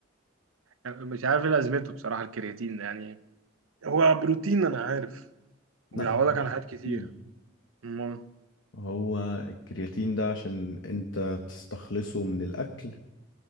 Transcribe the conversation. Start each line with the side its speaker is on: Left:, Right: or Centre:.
Right: مش عارف ايه لازمته بصراحه الكرياتين ده، يعني هو بروتين انا عارف
Left: لا
Right: وبيعوضك
Left: هو مش
Right: عن حاجات كتير
Left: كرياتين
Right: امال
Left: هو الكرياتين ده عشان انت تستخلصه من الاكل